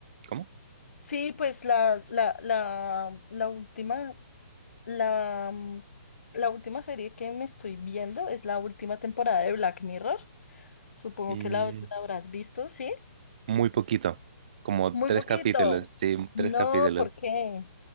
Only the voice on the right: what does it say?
¿Cómo?
Mm,
muy poquito, como
tres
capítulos, sí,
tres capítulos.